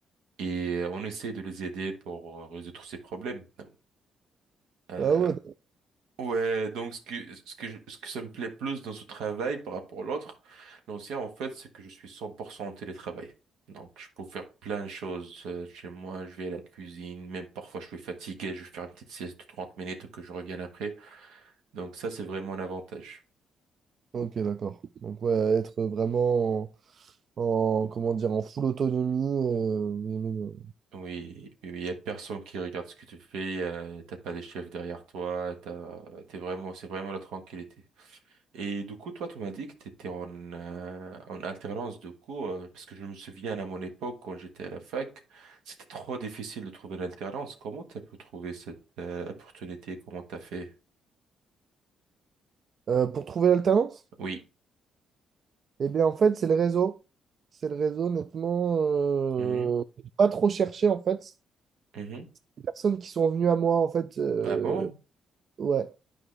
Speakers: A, on the right (about 85°); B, on the right (about 50°).
A: Et on essaie de les aider pour euh, résoudre ces problèmes. Donc, euh,
B: Ah ouais,
A: Ouais, donc ce que, ce que, je- ce que ça me plaît plus dans ce travail par rapport à l'autre, l'ancien en fait, c'est que je suis 100% en télétravail. Donc je peux faire plein de choses euh, chez moi, je vais à la cuisine, même parfois je suis fatigué, je vais faire une petite sieste de 30 minutes que je revienne après. Donc ça, c'est vraiment un avantage.
B: ok, d'accord. Donc, ouais, être vraiment en, en- comment dire, en full autonomie. euh, mais- mais-
A: Oui, oui, oui, il y a personne qui regarde ce que tu fais, euh, t'as pas des chefs derrière toi, t'as, t'es vraiment, c'est vraiment la tranquillité. Et du coup, toi, tu m'as dit que tu étais en, euh, en alternance de cours, euh, parce que je me souviens à mon époque, quand j'étais à la fac, c'était trop difficile de trouver l'alternance. Comment tu as pu trouver cette euh, opportunité? Comment tu as fait?
B: Euh, pour trouver l'alternance?
A: Oui.
B: Eh bien, en fait, c'est le réseau. C'est le réseau, honnêtement. euh,
A: Mhm,
B: j'ai pas trop cherché, en fait.
A: mhm.
B: Les personnes qui sont venues à moi, en fait. euh,
A: Ah bon?
B: Ouais.